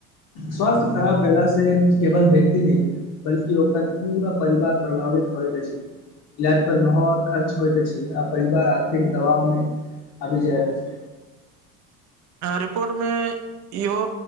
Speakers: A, on the left; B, on the right.
A: स्वास्थ खराब भेल से केवल व्यक्ति नहि बल्कि ओकर पूरा परिवार प्रभावित होइत अछि। इलाज पर बहुत खर्च होयइत छै आ परिवार आर्थिक दबाव मे अभी जायत अछि।
B: रिपोर्ट मे इहो